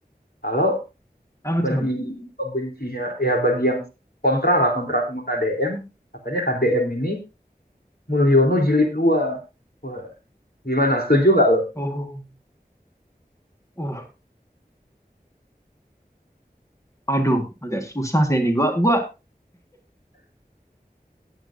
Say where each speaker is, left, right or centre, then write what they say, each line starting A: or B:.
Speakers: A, on the left; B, on the left.
A: kalau
B: apa
A: bagi
B: tuh
A: pembencinya, ya bagi yang kontra lah, kontra sama KDM, katanya KDM ini Mulyono jilid 2. Wah, gimana? Setuju gak lo?
B: oh oh, aduh agak susah sih ini gua gua